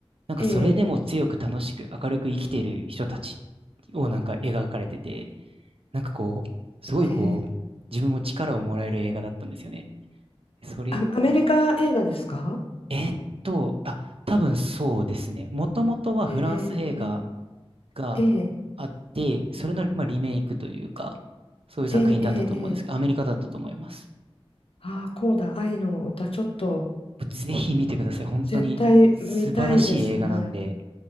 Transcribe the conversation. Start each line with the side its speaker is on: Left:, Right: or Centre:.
Right: なんかそれでも強く楽しく明るく生きている人たち
Left: ええ、
Right: をなんか描かれてて、なんかこう、すごいこう、
Left: ええ、
Right: 自分も力をもらえる映画だったんですよね。それ、
Left: あアメリカ映画ですか
Right: えーっと、あ、多分そうですね。もともとはフランス映画
Left: ええ、
Right: があって、
Left: ええ、
Right: それの、まあ、リメイクというか、そういう作品だったと思うんですけど、
Left: ええ、ええ、
Right: アメリカだったと思います。
Left: ああー、こうだ、愛の歌、ちょっと、
Right: ぜひ見てください。本当に素晴らしい映画なんで、
Left: 絶対見たいですね。